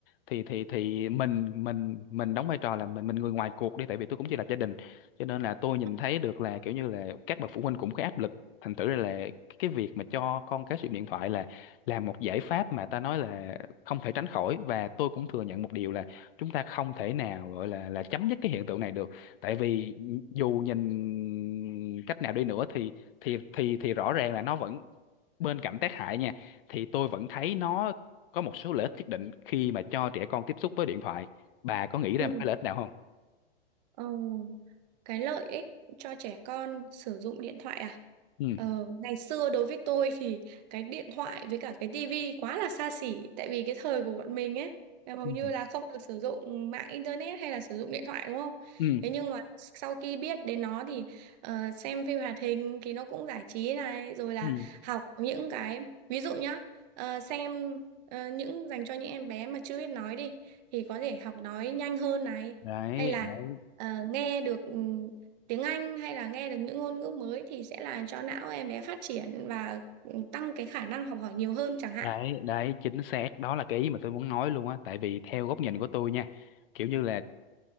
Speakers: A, on the left; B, on the right.
A: thì thì thì mình mình mình đóng vai trò là mình mình người ngoài cuộc đi tại vì tôi cũng chỉ là gia đình cho nên là tôi nhìn
B: Ừ.
A: thấy được là kiểu như là các bậc phụ huynh cũng có áp lực thành thử là cái việc mà cho con cái sử dụng điện thoại là là một giải pháp mà ta nói là không thể tránh khỏi và tôi cũng thừa nhận một điều là chúng ta không thể nào gọi là là chấm dứt cái hiện tượng này được tại vì dù nhìn cách nào đi nữa thì thì thì thì rõ ràng là nó vẫn bên cạnh tác hại nha thì tôi vẫn thấy nó có một số lợi ích nhất định khi mà cho trẻ con tiếp xúc với điện thoại bà có nghĩ
B: Ừ.
A: ra một cái lợi ích nào không
B: Ờ. cái lợi ích cho trẻ con sử dụng điện thoại à
A: ừ
B: ờ, ngày xưa đối với tôi thì cái điện thoại với cả cái tivi quá là xa xỉ tại vì cái thời của bọn mình ấy là hầu
A: ừ
B: như là không được sử dụng mạng internet hay là sử dụng điện thoại đúng không
A: ừ
B: thế nhưng mà sau khi biết đến nó thì ờ, xem phim hoạt hình thì nó cũng giải trí này rồi là
A: ừ.
B: học những cái ví dụ nhá ờ, xem ờ, những dành cho những em bé mà chưa biết nói đi thì có thể học nói nhanh hơn này
A: đấy
B: hay là
A: đấy
B: ờ, nghe được ừm, tiếng Anh hay là nghe được những ngôn ngữ mới thì sẽ làm cho não em bé phát triển và ừm, tăng cái khả năng học hỏi nhiều hơn chẳng hạn.
A: đấy đấy, chính xác đó là cái ý mà tôi muốn nói luôn á tại vì theo góc nhìn của tôi nha kiểu như là